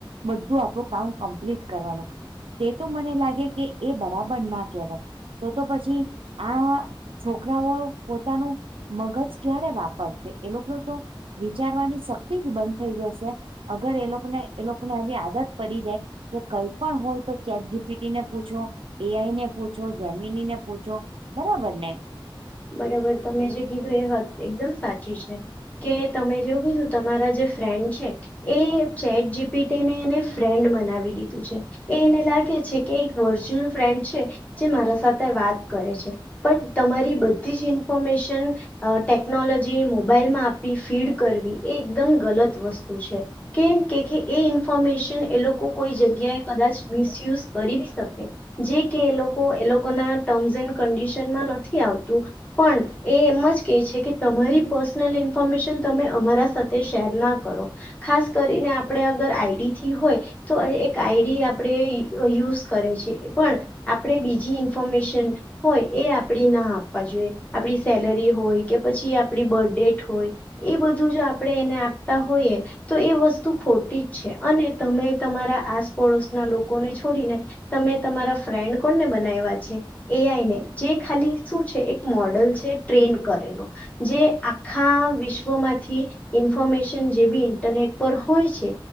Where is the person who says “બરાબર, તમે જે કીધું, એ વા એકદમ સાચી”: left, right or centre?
Left